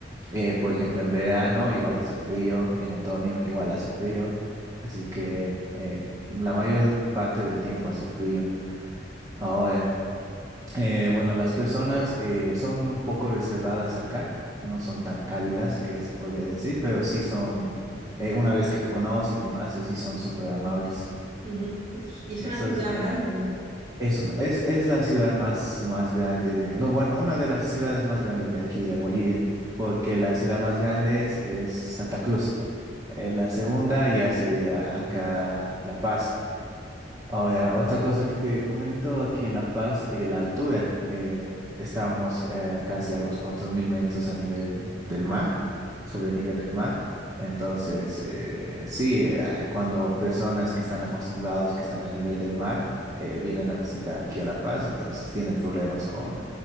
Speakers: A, on the right; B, on the right.
A: Eh, por ejemplo, en verano igual hace frío, en otoño igual hace frío, así que eh, la mayor parte del tiempo hace frío. Ahora, eh, bueno, las personas eh, son un poco reservadas acá, no son tan cálidas que se podría decir, pero sí son, eh, una vez que te conocen y demás, sí son súper amables.
B: Ujú. Es- Y es
A: Eso
B: una ciudad
A: es.
B: grande.
A: Eso, es, es la ciudad más, más grande de, no, bueno, una de las ciudades más grandes de aquí, de Bolivia, porque la ciudad más grande es, es Santa Cruz. Eh, la segunda ya sería acá La Paz. Ahora, otra cosa que te comento aquí en La Paz, eh, la altura. eh, estamos eh, casi a los 4.000 metros a nivel del mar, sobre el nivel del mar. Entonces, eh, sí, eh, cuando personas que están acostumbrados, que están al nivel del mar, eh, vienen a visitar aquí a La Paz, entonces tienen problemas con,